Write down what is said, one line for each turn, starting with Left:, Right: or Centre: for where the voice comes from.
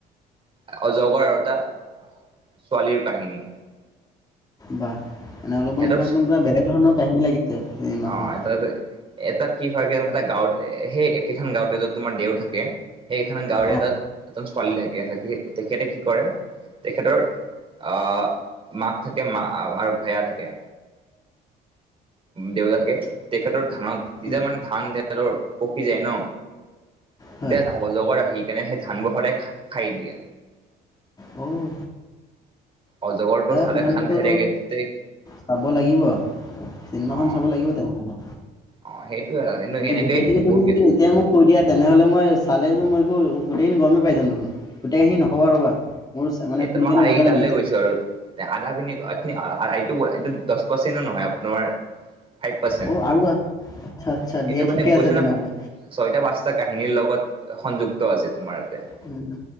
Right: অজগৰ আৰু এটা ছোৱালীৰ কাহিনী
Left: বাহ! মানে অলপমান
Right: এটো
Left: পূৰা একদম পূৰা বেলেগ ধৰণৰ কাহিনী লাগিছে চিনেমাখন।
Right: অ এটা এটা কি হয়গে তোমাৰ এটা গাঁৱত সেই একেখন গাঁৱতে যত তোমাৰ দেও থাকে সেই একেখন গাঁৱৰে
Left: অ',
Right: এটা। এজন ছোৱালী থাকে থাকে তেখেতে কি কৰে। তেখেতৰ আহ মাক থাকে মা আৰু ভায়া থাকে। দেউতা থাকে তেখেতৰ ধানত তেতিয়া
Left: উম,
Right: মানে ধান তেখেতৰ পকি যায় ন।
Left: হয়।
Right: এতিয়া এটা অজগৰ আহি কিনে সেই ধানবোৰ সদায় খাই দিয়ে।
Left: উম।
Right: অজগৰটো খালে
Left: তেনেহ'লেতো
Right: খান খাই থাকে দেই।
Left: চাব লাগিব চিনেমাখন
Right: অ
Left: চাব লাগিব তেনেহলে।
Right: অ সেইটোয়ে আৰু কিন্তু এনেকেই
Left: গোটেইখিনি তুমি
Right: বহুত
Left: যদি এতিয়াই মোক কৈ দিয়া তেনেহলে মই চাল। মই গোটেই খিনি গৰমেই পাই যাম দেখোন গোটেই খিনি নকবা ৰবা। মোৰ চা- মানে
Right: এটো
Left: শুনি
Right: মই
Left: কেনে
Right: আ
Left: মজা
Right: ই
Left: লাগি
Right: তালৈ
Left: আছে।
Right: গৈছো আৰু। আধা খিনি আতখিনি আইটো এইটো দছ পাৰ্চেণো নহয় আপ তোমাৰ। ফাইপ পাচেট্
Left: অ' আৰু আ- আচ্ছা আচ্ছা দিয়া
Right: এইটো
Left: ঠিকে
Right: মানে
Left: আছে
Right: কৈছে
Left: তেনেহ'লে।
Right: না ছয় টা পাছ। এটা কাহিনীৰ লগত সংযুক্ত আছে তোমাৰ য়াতে।
Left: উম,